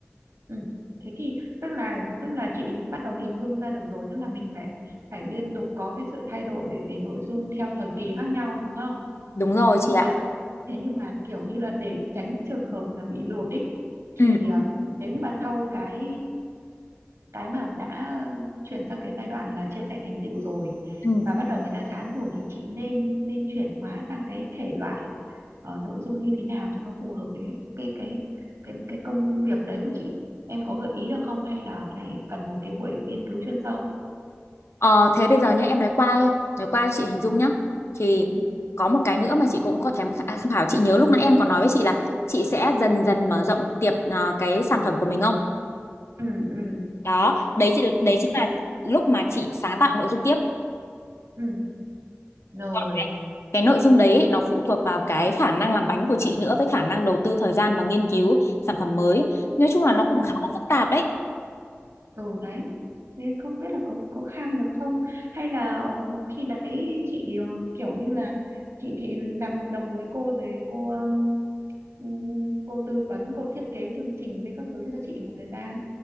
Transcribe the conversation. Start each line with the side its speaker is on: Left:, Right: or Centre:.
Right: ừ thế thì tức là tức là chị bắt đầu hình dung ra được rồi tức là mình phải phải liên tục có cái sự thay đổi về nội dung theo thời kỳ khác nhau đúng không
Left: đúng rồi
Right: thế
Left: chị
Right: nhưng
Left: ạ
Right: mà thế nhưng mà kiểu như là để tránh trường hợp là bị lụt ý thì
Left: ừ.
Right: ờ, nếu như mà sau cái cái mà đã chuyển sang cái giai đoạn là chia sẻ thành tựu rồi
Left: Ừ.
Right: và bắt đầu người ta chán rồi thì chị nên nên chuyển hóa sang cái thể loại ờ, nội dung như thế nào cho nó phù hợp với cái cái cái cái cái công việc đấy của chị em có gợi ý được không hay là phải cần một cái buổi nghiên cứu chuyên sâu
Left: Ờ, thế bây giờ nhé em nói qua thôi nói qua cho chị hình dung nhá
Right: ừ,
Left: thì
Right: ừ
Left: có một cái nữa mà chị cũng có thèm khá- tham khảo chị nhớ lúc nãy em còn nói với chị là chị sẽ dần dần mở rộng tiệp à, cái sản phẩm của mình không
Right: ừ ừ
Left: đó đấy chị đấy
Right: ok
Left: chính là lúc mà chị sáng tạo nội dung tiếp
Right: ừ rồi
Left: còn cái nội dung đấy ấy, nó phụ thuộc vào cái khả năng làm bánh của chị nữa với khả năng đầu tư thời gian và nghiên cứu sản phẩm mới nói chung là nó cũng
Right: ừ
Left: khá là phức tạp đấy
Right: ừ đấy thế không biết là có có kham được không hay là ờ, khi đấy chị ờ, kiểu như là chị chị làm hợp đồng với cô rồi cô ừm, ừm, cô tư vấn cô thiết kế chương trình với các thứ cho chị một thời gian